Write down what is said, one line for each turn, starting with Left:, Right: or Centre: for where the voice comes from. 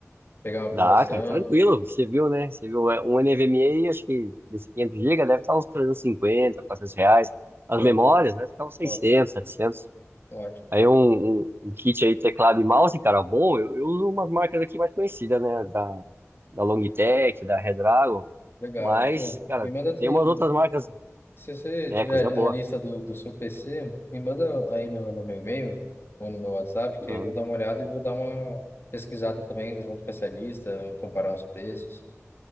Left: pegar uma
Right: Dá,
Left: promoção.
Right: cara, tranquilo. Você viu, né? Você viu é, um NVMe, acho que desse 500 GB deve estar uns trezentos e cinquenta 400 reais. As
Left: Pô,
Right: memórias vai ficar uns seiscentos
Left: top,
Right: setecentos
Left: ótimo,
Right: Aí um, um- um kit aí, teclado e mouse, cara, bom. Eu, eu uso umas marcas aqui mais conhecidas, né? Da, da Logitech, da Redragon.
Left: legal.
Right: Mas,
Left: Pô,
Right: cara,
Left: me manda tudo.
Right: tem umas outras marcas.
Left: Se você
Right: É,
Left: tiver
Right: coisa boa.
Left: a lista do, do seu PC, me manda aí no, no meu e-mail ou no meu WhatsApp, que
Right: Mano.
Left: aí eu vou dar uma olhada e vou dar uma pesquisada também junto com essa lista, comparar os preços,